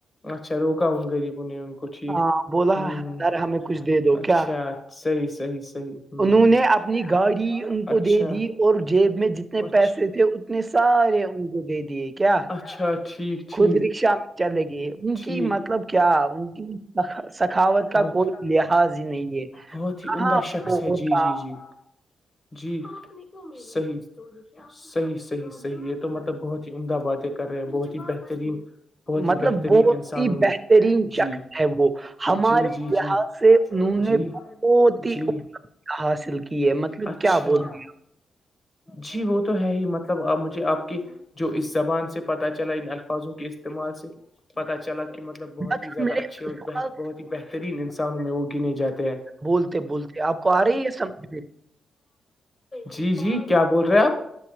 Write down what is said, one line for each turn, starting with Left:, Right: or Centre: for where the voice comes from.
Left: اچھا روکا ان غریبوں نے ان کوچ ٹھیک
Right: ہاں بولا
Left: ہوں ہ
Right: سر ہمیں کچھ دے دو
Left: اچھاچ
Right: کیا
Left: صحیح صحیح صحیح ہ
Right: انہوں
Left: ہ
Right: نے اپنی گاڑی ان کو
Left: اچھا
Right: دے دی اور جیب میں جتنے
Left: اچھا
Right: پیسے تھے اپ نے سارے ان کو دے دیے کیا
Left: اچھا ٹھیک ٹھیک
Right: خود رکشا چلے گی ان
Left: ٹھیک
Right: کی مطلب کیا ان کی سخاوت کا
Left: بہت
Right: کوئی لحاظ ہی نہیں ہے
Left: بہت ہی
Right: کہاں
Left: عمدہ شخص
Right: وہتا
Left: ہے جی جی جی جی صحیح صحیح صحیح صحیح یہ تو مطلب بہت ہی عمدہ باتیں کر رہے ہیں بہت ہی بہترین بہت ہی
Right: مطلب
Left: بہترین
Right: بہت
Left: انسانوں
Right: ہی
Left: میں
Right: بہترین
Left: جی
Right: چکر ہے وہ ہمارے
Left: جی جی
Right: لحاظ
Left: جی
Right: سے انہوں نے
Left: جی
Right: بہت ہی
Left: جی
Right: حاصل کی ہے مطلب
Left: اچھا
Right: کیا بولوں
Left: جی وہ تو ہے ہی مطلب آپ مجھے آپ کے جو اس زبان سے پتہ چلا ان الفاظوں کے استعمال سے پت چلا کہ مطلب بہت
Right: ب
Left: ہی زیادہ
Right: میرے
Left: اچھے اور
Right: بہت
Left: ہی بہترین انسانوں میں وہ گنے جاتے ہیں
Right: بولتے بولتے آپ کو آ رہی ہے سمجھ میں
Left: جی جی کیا بول رہے آپ